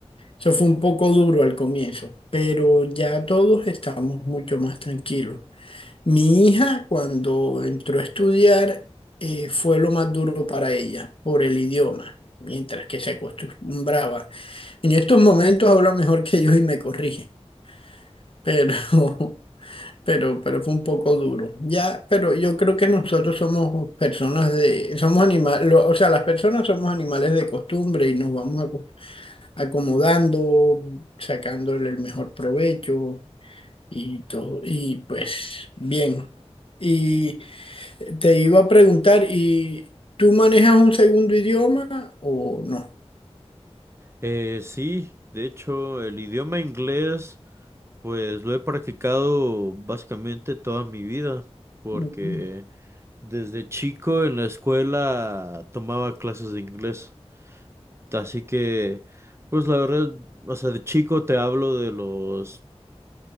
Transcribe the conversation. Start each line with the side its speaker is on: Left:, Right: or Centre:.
Left: Eso fue un poco duro al comienzo, pero ya todos estamos mucho más tranquilos. Mi hija cuando entró a estudiar eh, fue lo más duro para ella por el idioma, mientras que se acostumbraba. En estos momentos habla mejor que yo y me corrige, pero, <laughs> pero, pero fue un poco duro. Ya, pero yo creo que nosotros somos personas de, somos animales, o sea, las personas somos animales de costumbre y nos vamos aco- acomodando, sacándole el mejor provecho y todo, y pues bien. Y te iba a preguntar, ¿y tú manejas un segundo idioma o no?
Right: Eh, sí, de hecho, el idioma inglés, pues lo he practicado básicamente toda mi vida, porque
Left: Mm.
Right: desde chico en la escuela tomaba clases de inglés, así que, pues la verdad, o sea, de chico te hablo de los